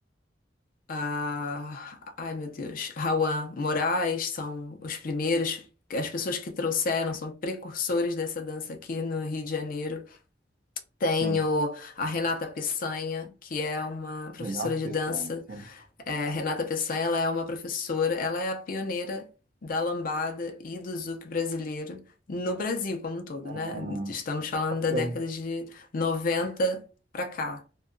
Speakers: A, on the left; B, on the right.
A: a, ai meu Deus, Rawan Moraes são os primeiros, as pessoas que trouxeram, são precursores dessa dança aqui no Rio de Janeiro. Tenho
B: Sim,
A: a Renata Peçanha, que é uma professora
B: Renata
A: de
B: Pessoa,
A: dança.
B: sim,
A: É, Renata Peçanha, ela é uma professora, ela é a pioneira da lambada e do zouk brasileiro no Brasil como um todo,
B: ah,
A: né? Estamos falando da
B: é,
A: década de 90 para cá.